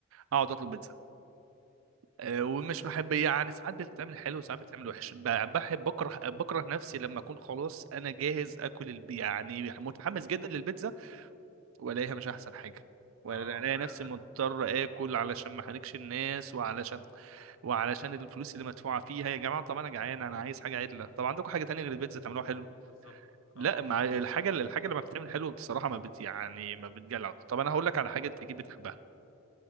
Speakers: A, on the right; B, on the left.
A: اقعد اطلب بيتزا أه ومش
B: امم
A: بحب يعني ساعات بتتعمل حلو وساعات بتتعمل وحش ب- بحب بكره بكره نفسي لما اكون خلاص انا جاهز اكل البي يعني متحمس جدا للبيتزا والاقيها مش احسن حاجه والاقي
B: اه على
A: نفسي
B: قد ده
A: مضطر اكل علشان ما احرجش الناس وعلشان وعلشان الفلوس اللي مدفوعه فيها يا جماعه طب انا جعان انا عايز حاجه عدله طب عندكم حاجه تانية غير البيتزا تعملوها حلو
B: بالظبط
A: لا
B: اه اه
A: مع الحاجه
B: اه اه
A: اللي الحاجه لما بتتعمل حلو بصراحه ما بت يعني ما بتجلع طب انا هقول لك على حاجه انت اكيد بتحبها